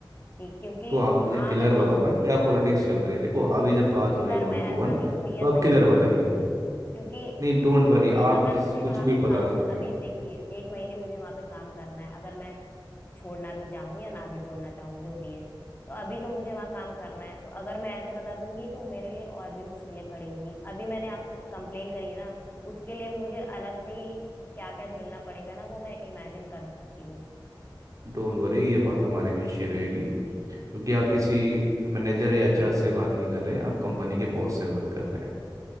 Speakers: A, on the left; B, on the right.
A: कि क्योंकि
B: तो आप मुझे क्लियर
A: आप ऐसे
B: बताओ ना
A: ऊ-
B: क्या पॉलिटिक्स चल रही है देखो अभी जब बात हो रही
A: सर
B: है वन
A: मैं
B: टू
A: ऐसा
B: वन
A: भी
B: तो
A: क्लियर
B: आप
A: नहीं
B: क्लियर
A: बता
B: बताइए
A: सकती क्योंकि
B: नहीं डोंट वरी
A: मुझे
B: आप
A: अगर
B: किस
A: मुझे
B: कुछ
A: वहां
B: भी
A: पे काम
B: बता सकते
A: कर, अभी
B: हो
A: देखिए एक महीने मुझे वहां पे काम करना है अगर मैं छोड़ना भी चाहूँ या ना भी छोड़ना चाहूँ जो भी है तो अभी तो मुझे वहां काम करना है तो अगर मैं ऐसे बता दूंगी तो मेरे लिए और भी मुश्किलें खड़ी होंगी अभी मैंने आपसे कंप्लेन करी ना उसके लिए मुझे अलग से ही क्या क्या झेलना पड़ेगा ना वो मैं इमेजिन कर सकती हूँ
B: डोंट वरी ये बात हमारे बीच ही रहेगी क्योंकि आप किसी मैनेजर या एचआर से बात नहीं कर रहे आप कंपनी के बॉस से बात कर रहे हैं